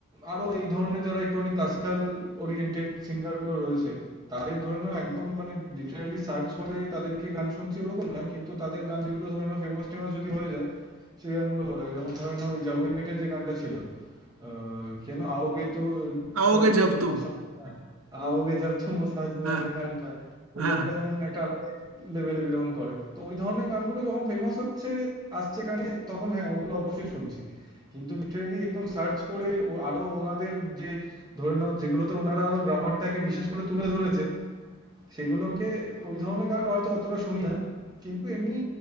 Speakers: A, on the right; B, on the right.
A: আরো এই ধরনের যারা একটুখানি ক্লাসিক্যাল ওরিয়েন্টেড সিঙ্গার গুলো রয়েছে তাদের ধরে নাও একদম মানে লিটারালি সার্চ করে তাদেরকে গান শুনছি ওরকম নয় কিন্তু তাদের গান যেগুলো ধরে নাও ফেমাস টেমাস যদি হয়ে যায় সেই গানগুলো ভালো লাগে যেমন ধরে নাও ওই জাগুই মেটের যে গানটা ছিল अ, क्या ना आओगे तो
B: आओगे
A: कब
B: जब
A: तुम
B: तुम
A: हो साथ आओगे জব তুম ও সাजना
B: হ্যাঁ
A: ওই গানটা ওই
B: হ্যাঁ
A: গানটা যেমন একটা আলাদা লেভেলে বিলং করে তো ওই ধরনের গানগুলো যখন ফেমাস হচ্ছে আসছে কানে তখন হ্যাঁ ওগুলো অবশ্যই শুনছি কিন্তু লিটারেলি একদম সার্চ করে ও আরো ওনাদের যে ধরে নাও যেগুলোতে ওনারা আরো গ্রামারটাকে বিশেষ করে তুলে ধরেছে সেগুলোকে ওই ধরনের গান হয়তো অতটা শুনি না কিন্তু এমনি